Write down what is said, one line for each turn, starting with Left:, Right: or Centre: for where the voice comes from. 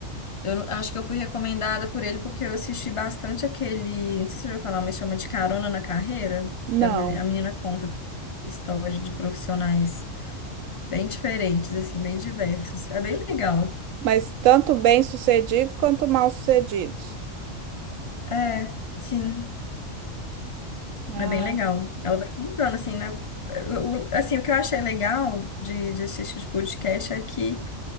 Left: Eu não- acho que eu fui recomendada por ele porque eu assisti bastante aquele, não sei se você já ouviu falar, mas chama de Carona na Carreira,
Right: Não.
Left: que a mulher, a menina conta história de profissionais bem diferentes, assim, bem diversos. É bem legal.
Right: Mas tanto bem-sucedido quanto mal-sucedido.
Left: É, sim,
Right: Ah,
Left: é bem legal. Ela vai contando, assim, né? O, o- assim, o que eu achei legal de, de assistir esse tipo de podcast é que